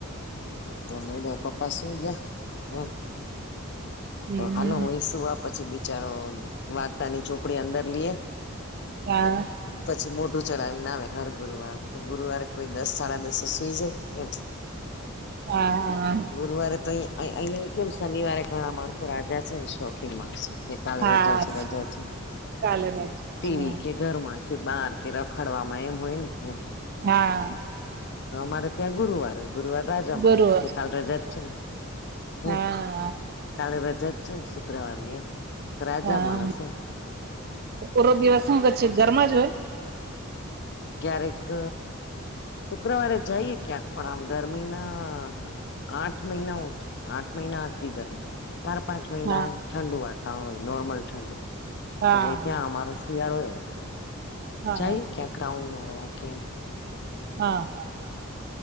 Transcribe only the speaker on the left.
તોમે પપ્પા સુઈ ગયા અ.
હાલો હું સુું આ પછી બિચારો વાર્તાની ચોપડી અંદર લઈએ
પછી મોટું ચલાવીને આવે હર ગુરુવાર કે ગુરુવારે કોઈ દસ સાડા દસ સુઈ જાય એમ <inaudible>
ગુરુવારે તો અ અહિયાં કેમ શનિવારે ઘણા માણસો રાજા છે શોખીન માણસો કે કાલે
રજા છે રજા છે
ટીવી
કે ઘર માંથી બહાર કે રખાડમાં એમ હોય ને એમ.
અમારે ત્યાં ગુરુવાર ગુરુવાર રાજા
માણસ કે કાલ રજા જ છે ને. હમ
કાલે રજા જ છે ને શુક્રવાર ની એમ રાજા
માણસે
પછી
ક્યારેક ક, શુક્રવારે જઈએ ક્યાંક પણ આમ ગરમીના, આઠ મહિના ઓછો આઠ મહિના આખરી ગરમે માંર પાંચ મહિના
ઠંડુ વાતાવરણ હોય નોર્મલ ઠંડુ
એટલે ત્યાં અમાર શિયાળો એવો
જાય કે રાઉન્ડ મારવા કેમ